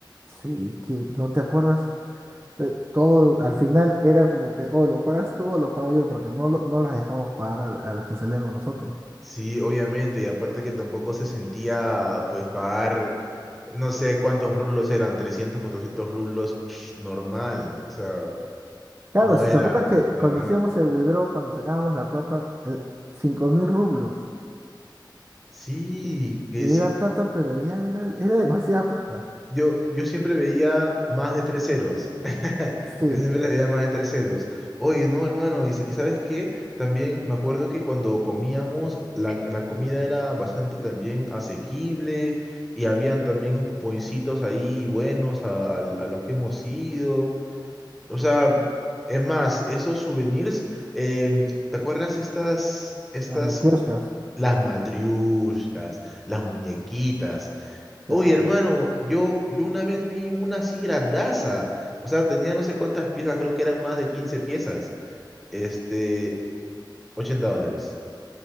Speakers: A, on the right; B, in the centre.
A: Sí, que no te acuerdas. Eh, todo, al final era como que, o lo pagas tú o lo pago yo, porque no, lo- no las dejamos pagar a, a las que salían con nosotros.
B: Sí, obviamente, y aparte que tampoco se sentía, pues, pagar, no sé cuántos rublos eran, 300 400 rublos, psh, normal. O sea,
A: Claro,
B: no
A: si
B: era,
A: te acuerdas que
B: no
A: cuando
B: era nada.
A: hacíamos el withdraw, cuando sacábamos la plata, eh, cinco mil rublos,
B: Sí,
A: que,
B: que
A: que
B: sí,
A: era plata, pero ya era, era demasiada plata.
B: Yo, yo siempre veía más de tres ceros. <laughs>
A: Sí,
B: Yo siempre veía más de tres ceros. Oye, no, hermano, y, s- y ¿sabes qué? También me acuerdo que cuando comíamos, la, la comida era bastante también asequible y habían también poincitos ahí buenos a, al- a los que hemos ido. O sea, es más, esos souvenirs, em, ¿te acuerdas estas, estas,
A: las matrioshkas.
B: las matriushkas, las muñequitas?
A: Claro.
B: Oye, hermano, yo, yo una vez vi una así grandaza. O sea, tenía no sé cuántas piezas, creo que eran más de 15 piezas. Este, 80 dólares.